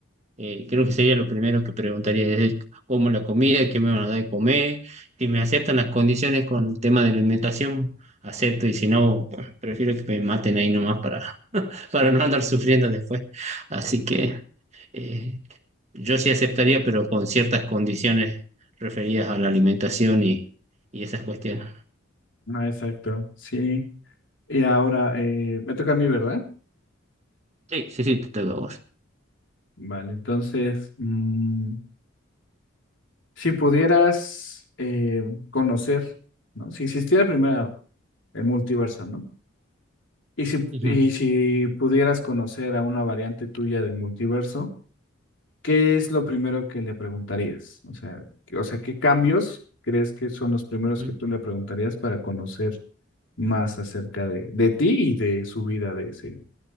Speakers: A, on the right; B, on the left.
A: Eh, creo que sería lo primero que preguntaría, desde cómo la comida, qué me van a dar de comer, si me aceptan las condiciones con el tema de la alimentación, acepto y si no, bueno, prefiero que me maten ahí nomás para, <laughs> para no andar sufriendo después. Así que eh, yo sí aceptaría, pero con ciertas condiciones referidas a la alimentación y, y esas cuestiones.
B: Ah, exacto, sí. Y ahora eh, me toca a mí, ¿verdad?
A: Sí, sí, sí, te toca a vos.
B: Vale, entonces, mm, Si pudieras eh, conocer, ¿no? Si existiera primero el multiverso, ¿no? Y si,
A: Ujú.
B: y si pudieras conocer a una variante tuya del multiverso, ¿qué es lo primero que le preguntarías? O sea, que- o sea, ¿qué cambios crees que son los primeros
A: Ujú.
B: que tú le preguntarías para conocer más acerca de, de ti y de su vida, de ese,